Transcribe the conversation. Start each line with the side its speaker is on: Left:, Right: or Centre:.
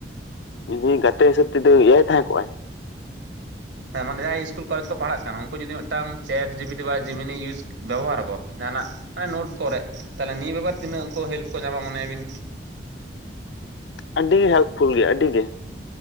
Left: ᱡᱩᱫᱤ ᱜᱟᱛᱮ ᱦᱤᱥᱟᱹᱵᱽ ᱛᱮᱫᱚ ᱮ ᱟᱭ ᱛᱟᱦᱮᱸ ᱠᱚᱜᱼᱟᱭ ᱾
Right: ᱦᱮᱸ ᱢᱟᱱᱮ ᱡᱟᱦᱟᱸᱭ ᱤᱥᱠᱩᱞ ᱠᱚᱞᱮ ᱠᱚ ᱯᱟᱲᱦᱟᱜ ᱠᱟᱱᱟ ᱩᱱᱠᱩ ᱡᱩᱫᱤ ᱢᱤᱫᱴᱟᱝ ᱪᱮᱴ ᱡᱤᱯᱤᱴᱤ ᱵᱟ ᱡᱮᱢᱤᱱᱤ ᱤᱭᱩᱡᱽ ᱵᱮᱵᱚᱦᱟᱨᱟᱠᱚ ᱡᱟᱦᱟᱱᱟᱜ ᱢᱟᱱᱮ ᱱᱳᱴ ᱠᱚᱨᱮᱜ ᱛᱟᱦᱚᱞᱮ ᱱᱤᱭᱟᱹ ᱵᱮᱵᱟᱨ ᱛᱤᱱᱟᱹᱜ ᱠᱚ ᱦᱮᱞᱯ ᱠᱚ ᱧᱟᱢᱟ ᱢᱚᱱᱮᱭᱟ ᱵᱤᱱ?
Left: ᱟᱹᱰᱤ ᱦᱮᱞᱯᱷᱩᱞ ᱜᱮᱭᱟ ᱟᱹᱰᱤ ᱜᱮ ᱾